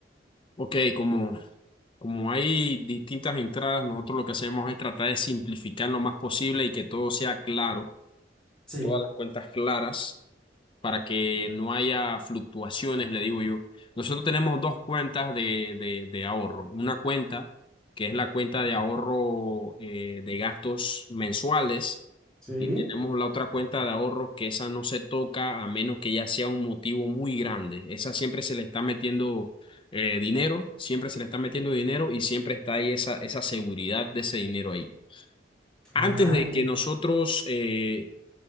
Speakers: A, on the left; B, in the centre.
A: Ok, como, como hay distintas entradas, nosotros lo que hacemos es tratar de simplificar lo más posible y que todo sea claro,
B: Sí,
A: todas las cuentas claras. para que no haya fluctuaciones, le digo yo. Nosotros tenemos dos cuentas de, de, de ahorro. Una cuenta que es la cuenta de ahorro eh, de gastos mensuales
B: sí.
A: y tenemos la otra cuenta de ahorro que esa no se toca a menos que ya sea un motivo muy grande. Esa siempre se le está metiendo eh, dinero, siempre se le está metiendo dinero y siempre está ahí esa, esa seguridad de ese dinero ahí.
B: Ah,
A: Antes de
B: que-
A: que nosotros eh,